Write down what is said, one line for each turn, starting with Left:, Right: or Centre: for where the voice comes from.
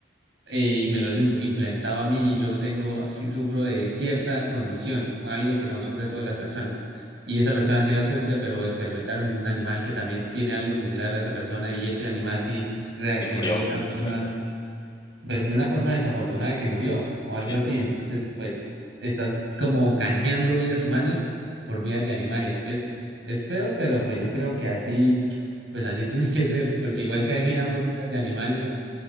Right: eh, y me lo hubiesen implementado a mí, yo tengo, sí sufro de cierta condición o algo que no sufre todas las personas. Y esa persona sí la sufre, pero experimentaron en un animal que también tiene algo similar a esa persona y ese animal sí reaccionó
Left: Sufrió,
Right: de una forma
Left: exacto.
Right: pues de una forma desafortunada que murió o algo
Left: Sí,
Right: así. Entonces, pues estás como canjeando vidas humanas por vidas de animales. Es, es feo, pero pues yo creo que así, pues así <laughs> tiene que ser, porque igual canjeamos
Left: sí,
Right: vidas de animales